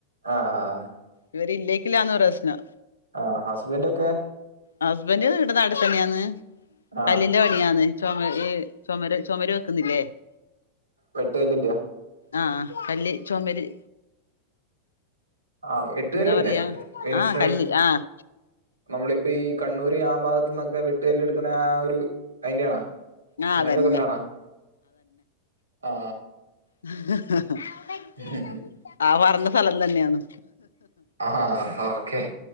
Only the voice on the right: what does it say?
ആഹ് ആഹ്
ആ ഹസ്ബന്റ് ഒക്കെ
ആ
വെട്ട് കല്ലിന്റെയാ
ആ എട്ടുകല്ലല്ലേ
വിൻസ്
നമ്മൾ ഇപ്പം ഈ കണ്ണൂര് ആ ഭാഗത്തു നിന്നൊക്കെ വെട്ടുകല്ല് എടുക്കുന്ന ആ ഒരു അയ്ന്റെ ആണോ
അങ്ങൻത്തെ
കല്ലാണോ ആ
ഇഹ് ഹ
ആഹ് ഓക്കെ